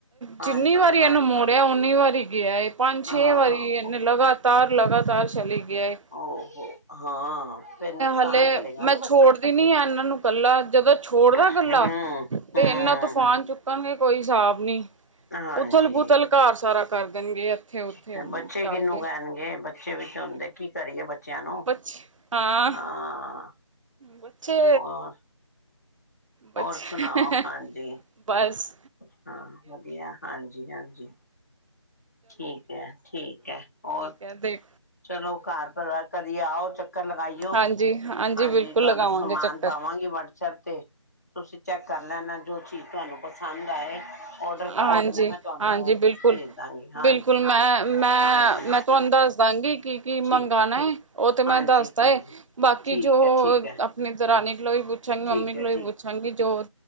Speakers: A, on the left; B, on the right.
A: ਹਾਂਜੀ
B: ਜਿੰਨੀ ਵਾਰੀ
A: ਹਾਂਜੀ
B: ਇਨੂੰ ਮੋੜੇਆ, ਉਨੀ ਵਾਰੀ ਗੇਆ ਏ। ਪੰਜ, ਛੇ
A: ਹਾਂ
B: ਵਾਰੀ ਇਨੇ ਲਗਾਤਾਰ- ਲਗਾਤਾਰ ਚਲੀ ਗੇਆ ਏਹ।
A: ਓ, ਹੋ ਹਾਂ ਫੇਰ ਨੁਕਸਾਨ
B: ਹਲੇ
A: ਕਰੇਗਾ।
B: ਮੈਂ
A: ਨਾ
B: ਛੋੜ
A: ਬੱਚੇ
B: ਦਿੰਨੀ ਆ, ਇਨਾਂ ਨੂੰ ਕੱਲਾ, ਜਦੋਂ ਛੋੜ ਦਾਂ
A: ਹਮ
B: ਕੱਲਾ, ਤੇ
A: ਹਮ
B: ਇਨਾਂ ਤੂਫਾਨ ਚੁੱਕ ਕਣਗੇ ਕੋਈ ਹਸਾਬ ਨੀ,
A: ਹਾਂਜੀ
B: ਉਥਲ -ਪੁਥਲ ਘਰ ਸਾਰਾ ਕਰ ਦੇਣਗੇ। ਉੱਥੇ
A: ਫੇਰ ਬੱਚੇ
B: ਜਾ
A: ਕਿਨੂੰ
B: ਕੇ
A: ਕੇਹਣਗੇ? ਬੱ ਬੱਚੇ ਵੀ ਤਾਂ ਹੁੰਦੇ, ਕੀ ਕਰੀਏ ਬੱਚਿਆਂ ਨੂੰ?
B: ਬੱਚੇ ਹਾਂ
A: ਹਾਂ।
B: ਬੱਚੇ
A: ਹੋਰ
B: ਬੱਚੇ,
A: ਹੋਰ ਸੁਣਾਓ ਹਾਂਜੀ
B: ਬਸ
A: ਹਾਂ, ਵਧੀਆ ਹਾਂਜੀ -ਹਾਂਜੀ। ਠੀਕ ਐ- ਠੀਕ ਐ। ਔਰ?
B: ਕੈੰਦੇ
A: ਚਲੋ, ਘਰ ਪਰਿਵਾਰ ਕਦੀ ਆਓ, ਚੱਕਰ ਲਗਾਈਓ।
B: ਹਾਂਜੀ
A: ਹਾਂਜੀ,
B: ਬਿਲਕੁਲ
A: ਤੁਆਨੂੰ
B: ਲਗਾਵਾਂਗੇ
A: ਸਮਾਨ
B: ਚੱਕਰ
A: ਪਾਵਾਂ। ਵਟਸਐਪ ਤੇ, ਤੁਸੀਂ ਚੈੱਕ ਕਰ ਲੈਣਾ, ਜੋ ਚੀਜ਼ ਤੁਆਨੂੰ ਪਸੰਦ ਆਏ ਔਡਰ
B: ਹਾਂਜੀ,
A: ਕਰ ਦੇਣਾ ਮੈਂ ਤੁਹਾਨੂੰ
B: ਹਾਂਜੀ ਬਿਲਕੁਲ,
A: ਭੇਜ ਦਾਂਗੀ ਹਾਂਜੀ
B: ਬਿਲਕੁਲ ਮੈਂ, ਮੈਂ
A: ਹਾਂਜੀ
B: -ਮੈਂ। ਤੁਆਨੂੰ ਦੱਸ ਦਾਂਗੀ ਕਿ ਕੀ,
A: ਠੀਕ
B: ਮੰਗਾਣਾ
A: ਹੈ
B: ਓ ਤੇ, ਮੈਂ
A: ਹਾਂਜੀ
B: ਦੱਸ ਤਾ
A: ਹਾਂਜੀ
B: ਏ ਬਾਕੀ
A: ਠੀਕ
B: ਜੋ
A: ਹੈ ਠੀਕ ਹੈ
B: ਆਪਨੀ ਦਰਾਨੀ ਕੋਲੋਂ ਵੀ ਪੁੱ ਪੁੱਛਾਂਗੀ,
A: ਠੀਕ
B: ਮੰਮੀ ਕੋਲੋੰ
A: ਹੈ
B: ਵੀ
A: ਠੀਕ
B: ਪੁੱਛਾਂਗੀ, ਜੋ,